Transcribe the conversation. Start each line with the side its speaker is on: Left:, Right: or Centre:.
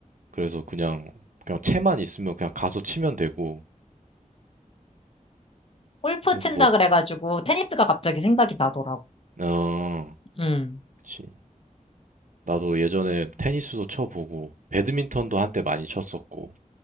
Right: 그래서 그냥, 그냥 채만 있으면 그냥 가서 치면 되고.
Left: 골프
Right: 그래서
Left: 친다
Right: 뭐,
Left: 그래가지고 테니스가 갑자기 생각이 나더라고.
Right: 어,
Left: 음.
Right: 그치. 나도 예전에 테니스도 쳐보고, 배드민턴도 한때 많이 쳤었고.